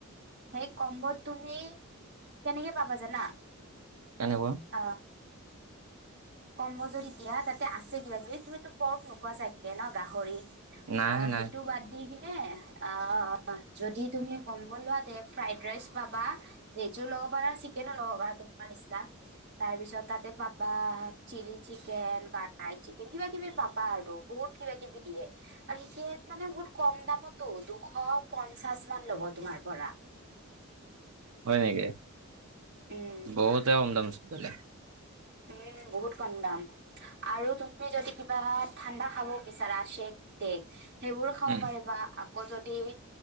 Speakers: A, on the right; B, on the right.
A: সেই কম্ব তুমি কেনেকে পাবা জানা?
B: কেনেকুৱা?
A: আ কম্ব যদি দিয়া তাতে আছে কিবা কিবি। তুমিতো পৰ্ফ নোখোৱা চাগে ন গাহৰি?
B: নাই
A: অ
B: নাই
A: সেইটো বাদ দি কি অ যদি তুমি কম বলোৱা তে ফ্ৰাইড ৰাইচ পাবা, ভেজো ল'ব পাৰা চিকেনো ল'ব পাৰা তোমাৰ ইচ্ছা। তাৰ পিছত তাতে পাবা চিলি চিকেন বা ৰাই চিকেন কিবা কিবি পাবা আৰু বহুত কিবা কিবি দিয়ে। আৰু সেইখিনি মানে বহুত কম দামতো দুশ পঞ্চাশ মান ল'ব তোমাৰ পৰা।
B: হয় নেকি।
A: উম
B: বহুতে কম দাম চ তেতিয়া হ'লে।
A: উম বহুত কম দাম। আৰু তুমি যদি কিবা ঠাণ্ডা খাব বিচাৰা চেক তেক। সেইবোৰ খাব
B: উম
A: পাৰিবা আকৌ যদি